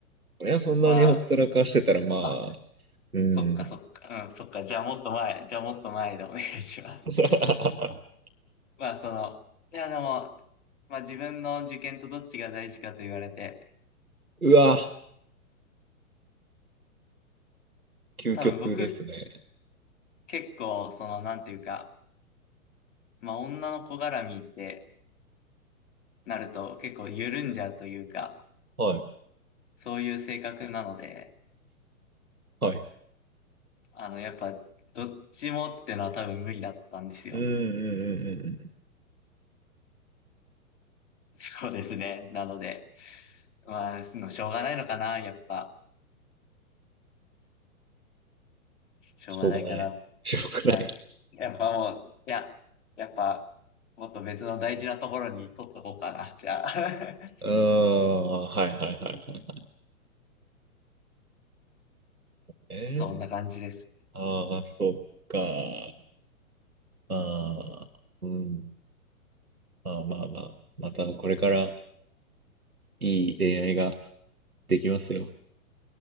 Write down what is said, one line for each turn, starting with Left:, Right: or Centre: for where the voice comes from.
Right: いや、そんなにほったらかしてたら、
Left: まあ、
Right: まあ、
Left: あ、
Right: うん。
Left: そっかそっか、うん、そっか、じゃあもっと前、じゃあもっと前でお願いします。
Right: <laughs>
Left: まあ、その、いや、でも、まあ自分の受験とどっちが大事かと言われて、
Right: うわ、
Left: 多分僕
Right: 究極ですね。
Left: 結構、その、なんていうか、まあ女の子絡みってなると結構緩んじゃうというか、
Right: はい。
Left: そういう性格なので、
Right: はい。
Left: あの、やっぱ、どっちもってのは多分無理だったんですよ。
Right: うんうんうんうんうん。
Left: そうですね。なので、まあ、そのしょうがないのかな、やっぱ、しょうがないかな。
Right: しょうがない。<laughs> しょうがない。
Left: はい。やっぱもう、いや、やっぱ、もっと別の大事なところに取っとこうかな、じゃあ。<laughs>
Right: <laughs> うーん。はいはいはいはいはい。えー、
Left: そんな感じです。
Right: ああ、そっか。ああ、うん。まあまあまあ。またこれからいい恋愛ができますよ。